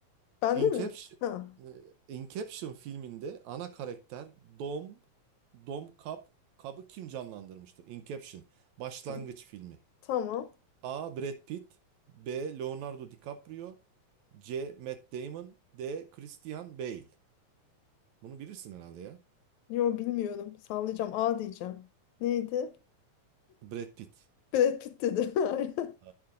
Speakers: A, on the left; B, on the right.
A: Bende
B: Inception,
A: mi? Ha.
B: e, Inception filminde ana karakter Dom Dom Cobb Cobb'ı kim canlandırmıştır? Inception başlangıç
A: ha.
B: filmi.
A: Tamam.
B: A. Brad Pitt B. Leonardo DiCaprio C. Matt Damon D. Christian Bale. Bunu bilirsin herhalde ya.
A: Yo bilmiyorum. Sallayacağım. A diyeceğim. Neydi?
B: Brad Pitt.
A: Brad Pitt dedim. <laughs> Aynen.
B: Ee,